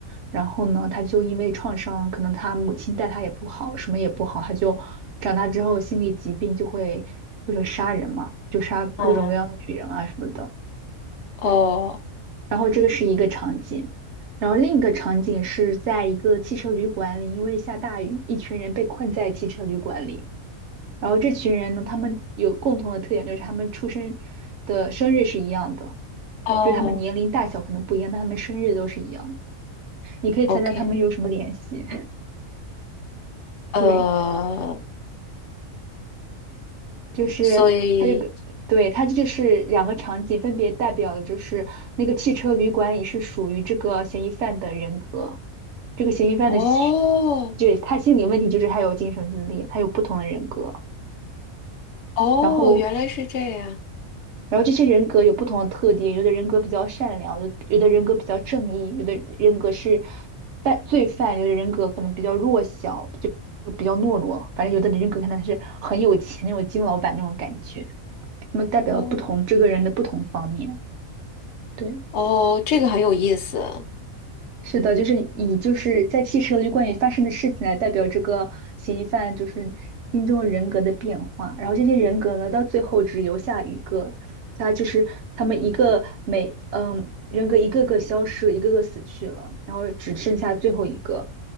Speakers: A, on the right; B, on the left.
A: 然后呢，他就因为创伤，可能他母亲待他也不好，什么也不好，他就长大之后心理疾病就会就是杀人嘛，就杀各种各样的女人啊什么的。
B: 哦哦
A: 然后这个是一个场景，然后另一个场景是在一个汽车旅馆里，因为下大雨，一群人被困在汽车旅馆里。然后这群人呢，他们有共同的特点，就是他们出生的生日是一样的，
B: 哦
A: 就是他们年龄大小可能不一样，但他们生日都是一样的。你可以猜猜他们有什么联系？
B: ，OK，
A: <laughs>
B: 呃，
A: 对，就是它这个，
B: 所以
A: 对，它这就是两个场景，分别代表的就是那个汽车旅馆里是属于这个嫌疑犯的人格。这个嫌疑犯的心，
B: 哦
A: 对，他心理问题就是他有精神分裂，他有不同的人格，
B: 哦，
A: 然后，
B: 原来是这样，
A: 然后这些人格有不同的特点，有的人格比较善良，有的有的人格比较正义，有的人格是犯罪犯，有的人格可能比较弱小，就就比较懦弱，反正有的人格可能是很有钱那种金老板那种感觉，那么代表不同这个人的不同方面，
B: 哦
A: 对。
B: 哦，这个很有意思
A: 是的，就是以就是在汽车旅关于发生的事情来代表这个嫌疑犯就是心中人格的变化，然后这些人格呢，到最后只留下一个，他就是他们一个每嗯人格一个个消失，一个个死去了，然后只剩下最后一个，